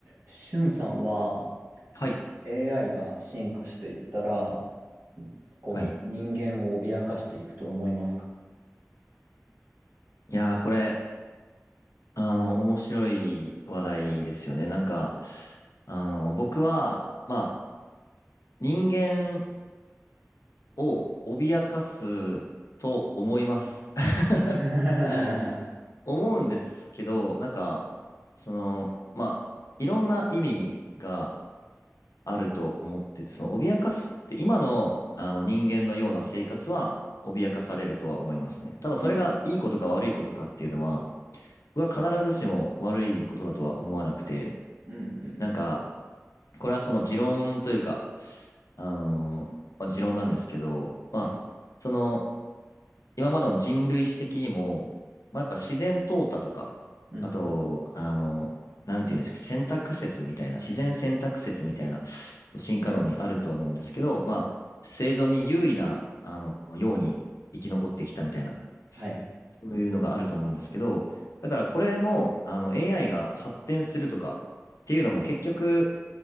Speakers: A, on the right; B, on the left.
A: しゅんさんは
B: はい。
A: AI が進化していったら、こう人間を脅かしていくと思いますか
B: はい。いやー、これ、あの、面白い話題ですよね。なんか、あの、僕は、まあ、人間を脅かすと思います。<laughs>
A: うん
B: 思うんですけど、なんか、その、まあ、いろんな意味があると思ってて、その、脅かすって、今の、あの、人間のような生活は、脅かされるとは思いますね。ただ、
A: <laughs>
B: それがいいことか悪いことかっていうのは、
A: うん
B: は必ずしも悪いことだとは思わなくて、
A: うんうんうん
B: なんか、これはその持論というか、あのーまあ、持論なんですけど、まあ、
A: はい
B: その、今までの人類史的にも、まあ、やっぱ自然淘汰とか、
A: うん
B: あと、あのーなんていうんですか、選択説みたいな、自然選択説みたいな、そう進化論にあると思うんですけど、
A: うん
B: まあ、生存に優位な、あの、ように生き残ってきたみたいな
A: はい
B: そういうのがあると思うんですけど、だからこれも、あの、AI が発展するとかっていうのも結局、